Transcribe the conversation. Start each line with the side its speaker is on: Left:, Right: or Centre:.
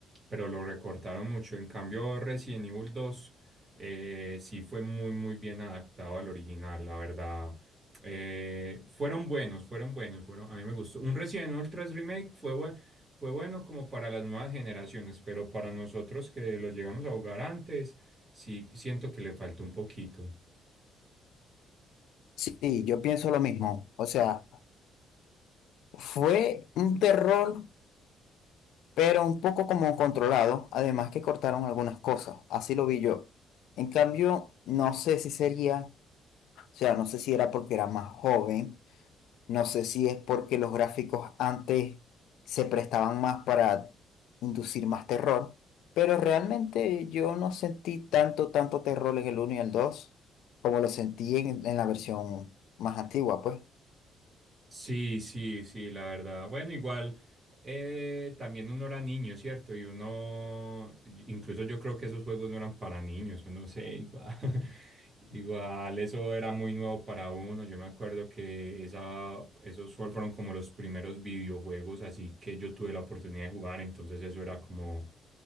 Right: pero lo recortaron mucho. En cambio, Resident Evil 2 eh, sí fue muy, muy bien adaptado al original, la verdad. Eh, fueron buenos, fueron buenos, fueron, a mí me gustó. Un Resident Evil 3 Remake fue bueno fue bueno como para las nuevas generaciones, pero para nosotros que lo llegamos a jugar antes, sí siento que le falta un poquito.
Left: Sí, yo pienso lo mismo. O sea, fue un terror, pero un poco como controlado. Además que cortaron algunas cosas. Así lo vi yo. En cambio, no sé si sería, o sea, no sé si era porque era más joven No sé si es porque los gráficos antes se prestaban más para inducir más terror, pero realmente yo no sentí tanto, tanto terror en el uno y el 2 como lo sentí en, en la versión más antigua, pues.
Right: Sí, sí, sí, la verdad. Bueno, igual eh, también uno era niño, ¿cierto? Y uno, incluso yo creo que esos juegos no eran para niños, yo no sé, igual, <laughs> igual eso era muy nuevo para uno. Yo me acuerdo que esa, esos fue- fueron como los primeros videojuegos, así que yo tuve la oportunidad de jugar, entonces eso era como,